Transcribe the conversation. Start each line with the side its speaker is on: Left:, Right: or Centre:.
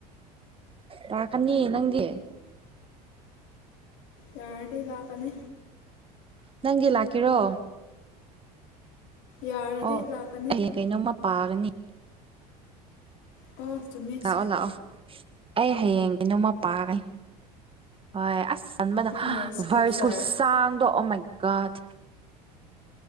Right: ꯂꯥꯛꯀꯅꯤ ꯅꯪꯗꯤ
Left: ꯌꯥꯔꯇꯤ ꯂꯥꯛꯀꯅꯤ
Right: ꯅꯪꯒꯤ ꯂꯥꯛꯀꯦꯔꯣ
Left: ꯌꯥꯔꯗꯤ
Right: ꯑꯣ
Left: ꯂꯥꯛꯀꯅꯤ
Right: ꯍꯌꯦꯡ ꯀꯩꯅꯣꯝꯃ ꯄꯥꯒꯅꯤ꯫
Left: ꯑꯣ ꯁꯨꯝꯃꯤ
Right: ꯂꯥꯛꯑꯣ ꯂꯥꯛꯑꯣ ꯑꯩ ꯍꯌꯦꯡꯒꯤ ꯅꯣꯡꯃ ꯄꯥꯒꯩ ꯍꯣꯏ ꯑꯁ ꯆꯟꯕꯗ
Left: ꯍꯣꯏꯅꯦ ꯏꯁꯀ꯭ꯔꯤꯞꯆꯔ
Right: ꯚꯔꯁꯀꯨ ꯆꯥꯡꯗꯣꯑ ꯑꯃꯒꯠ